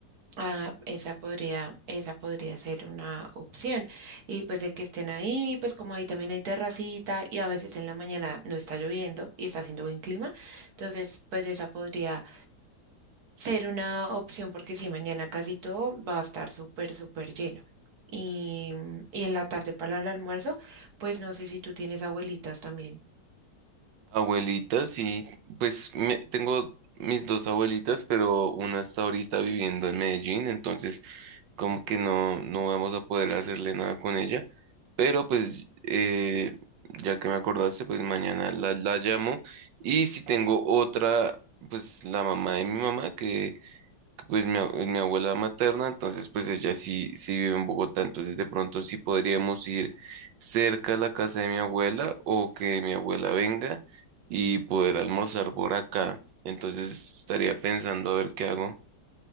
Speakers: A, on the right; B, on the right.
A: Ah, esa podría, esa podría ser una opción. Y pues de que estén ahí, pues como ahí también hay terracita y a veces en la mañana no está lloviendo y está haciendo buen clima, entonces pues esa podría ser una opción porque si mañana casi todo va a estar súper, súper lleno. Y, y en la tarde para el almuerzo, pues no sé si tú tienes abuelitas también.
B: Abuelitas, sí, pues me- tengo mis dos abuelitas, pero una está ahorita viviendo en Medellín, entonces como que no, no vamos a poder hacerle nada con ella, pero pues eh, ya que me acordaste, pues mañana la, la llamo y si tengo otra, pues la mamá de mi mamá que... Pues mi, a- mi abuela materna, entonces pues ella sí, sí vive en Bogotá, entonces de pronto sí podríamos ir cerca a la casa de mi abuela o que mi abuela venga y poder almorzar por acá. Entonces estaría pensando a ver qué hago.